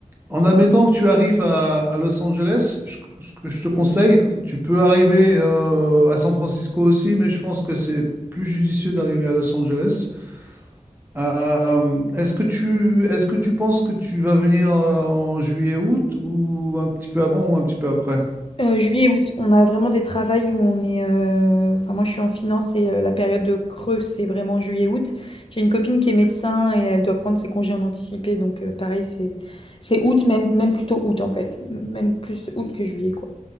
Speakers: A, on the right; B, on the left.
A: en admettant que tu arrives à, à Los Angeles, je- ce que je te conseille, tu peux arriver euh, à San Francisco aussi, mais je pense que c'est plus judicieux d'arriver à Los Angeles. Euh, est-ce que tu, est-ce que tu penses que tu vas venir euh, en juillet-août ou un petit peu avant ou un petit peu après?
B: Euh, juillet et août, on a vraiment des travails où on est... euh, Enfin, moi, je suis en finance et euh, la période de creux, c'est vraiment juillet-août. J'ai une copine qui est médecin et elle doit prendre ses congés en anticipé. Donc, euh, pareil, c'est c'est août, même, même plutôt août, en fait. Même plus août que juillet, quoi.